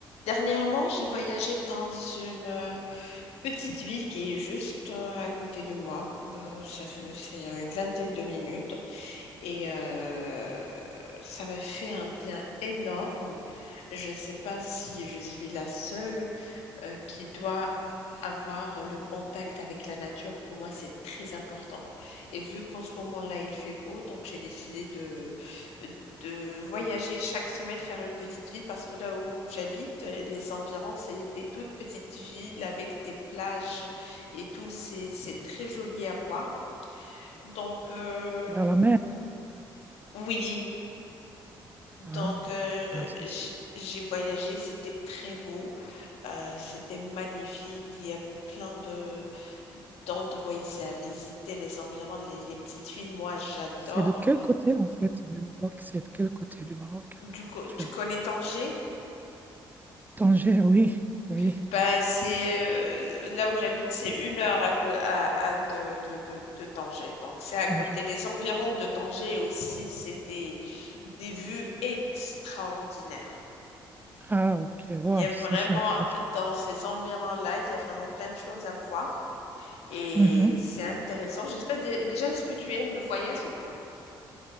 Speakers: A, on the left; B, on the right.
A: Dernièrement, j'ai voyagé dans une euh, petite ville qui est juste euh, à côté de moi. Euh, ça fait- c'est une vingtaine de minutes et euh, ça m'a fait un bien énorme. Je ne sais pas si je suis la seule euh, qui doit avoir le contact avec la nature, pour moi, c'est très important. Et vu qu'en ce moment-là, il fait beau, donc j'ai décidé de, de voyager chaque semaine, faire une petite ville, parce que là où j'habite, euh, les environs, c'est des toutes petites villes avec des plages et tout. C'est, c'est très joli à voir. Donc, euh,
B: Vers la mer.
A: oui,
B: Ah,
A: donc, euh,
B: ah, c'est
A: j- j'ai voyagé, c'était très beau, euh, c'était magnifique. Il y a plein de d'endroits ici à visiter, les environs, les, les petites villes, moi j'adore.
B: c'est de quel côté, en fait, du Maroc? C'est de quel côté du Maroc euh,
A: Du coup,
B: tu
A: tu
B: habites?
A: connais Tanger?
B: Tanger, oui, oui,
A: Bah, c'est euh, là où j'habite, c'est une heure à, co- à- à de, de, de, de Tanger. Donc, c'est à
B: Tanger.
A: côté. Les environs de Tanger aussi, c'est des, des vues extraordinaires.
B: Ah, ok, wow,
A: Il y a vraiment,
B: ça c'est intéressant.
A: dans ces environs-là, il y a vraiment plein de choses à voir et
B: Mhm.
A: c'est intéressant. J'espère dé- déjà, est-ce que tu aimes le voyage ou pas?